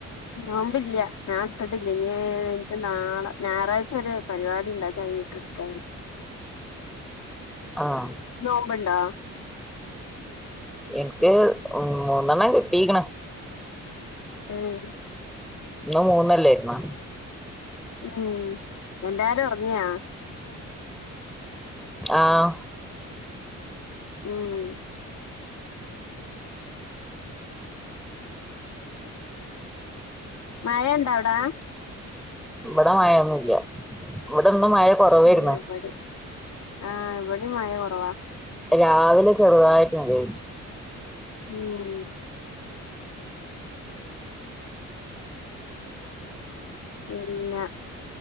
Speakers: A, on the left (about 65°); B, in the centre.
A: നോമ്പില്ല്യാ ഞാൻ ഇട്ത്തിട്ടില്ല ഇനി ഞാൻ എനിക്ക് നാളെ ഞായറാ ച്ചൊരു പരിപാടി ഉണ്ട് അത് കയ്ഞ് എടുക്കാ വി <inaudible>
B: ആഹ്
A: നോമ്പ് ണ്ടോ
B: എനിക്ക് മൂന്നെണ്ണം കിട്ടീക്ണ്
A: ഉം
B: ഇന്ന് മൂന്നല്ലേരുന്നാ
A: ഉം എല്ലാരും ഉറങ്ങിയാ
B: ആഹ്
A: ഉം മഴ ഇണ്ടോ അവ്ടേ
B: ഇവിടെ മഴയൊന്നുല്ല്യ ഇവിടിന്ന് മഴ കുറവായിരുന്നു
A: ഉം ഇവടിം ആഹ് ഇവ ടിം മഴ കുറവാ
B: രാവിലെ ചെറുതായിട്ട് <unintelligible>
A: ഉം പിന്ന